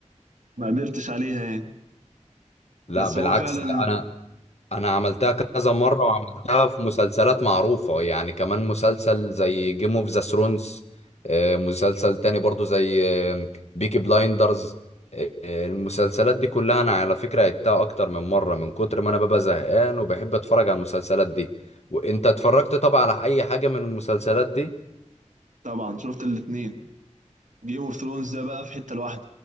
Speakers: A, on the right; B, on the left.
A: ما قدرتش عليها يعني
B: لا
A: بس
B: بالعكس
A: هو فعلا
B: ده انا انا عملتها كذا مره وعملتها في مسلسلات معروفه يعني كمان مسلسل زي جيم اوف ذا ثرونز مسلسل تاني برضو زي بيكي بلايندرز المسلسلات دي كلها انا على فكره عدتها اكتر من مره من كتر ما انا ببقى زهقان وبحب اتفرج على المسلسلات دي وانت اتفرجت طبعا على اي حاجه من المسلسلات دي
A: طبعا شفت الاتنين جيم اوف ثرونز ده بقى في حته لوحده